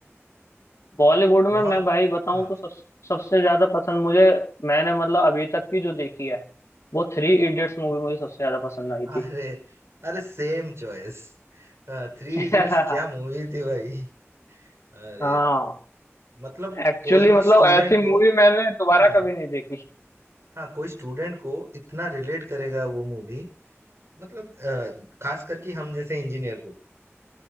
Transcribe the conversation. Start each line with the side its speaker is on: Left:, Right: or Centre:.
Left: बॉलीवुड में
Right: वहाँ
Left: मैं भाई बताऊं
Right: हाँ
Left: तो सब सबसे ज्यादा पसंद मुझे मैंने मतलब अभी तक की जो देखी है वो थ्री
Right: हाँ
Left: इडियट्स मूवी मुझे सबसे ज्यादा पसंद आई
Right: अरे
Left: थी
Right: अरे सेम चॉइस थ्री
Left: <laughs>
Right: इडियट्स क्या मूवी थी भाई अरे
Left: हाँ
Right: मतलब
Left: एक्चुअली
Right: कोई भी
Left: मतलब
Right: स्टूडेंट
Left: ऐसी
Right: को
Left: मूवी मैंने दोबारा
Right: हाँ
Left: कभी नहीं देखी
Right: हाँ, कोई स्टूडेंट को इतना रिलेट करेगा वो मूवी मतलब अ, खास करके हम जैसे इंजीनियर को